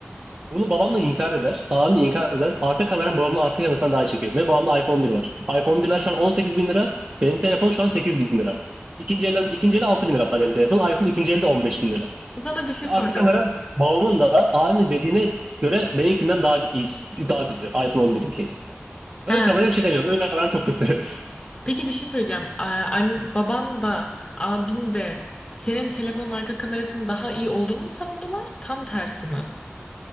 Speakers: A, on the right; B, on the left.
A: Bunu babam da inkar eder. Abim de inkar eder. Arka kameram babamın arka kamerasından daha iyi çekiyor. Ve babamda iPhone 11 var. iPhone 1'ler şu an 18 bin lira. Benim telefon şu an 8 bin lira. İkinci elden, ikinci eli 6 bin lira hatta benim telefon. iPhone ikinci elde 15 bin lira.
B: Sana bir şey
A: Arka
B: soracağım
A: kameram
B: o zaman.
A: babamın da abimin dediğine göre benimkinden daha iyi, daha kötü. iPhone 11'inki.
B: Ha,
A: Ön kameraya bir şey demiyorum. Ön kameram çok kötü.
B: peki bir şey söyleyeceğim. Aa, an- baban da abin de senin telefonun arka kamerasının daha iyi olduğunu mu savundular? Tam tersi mi?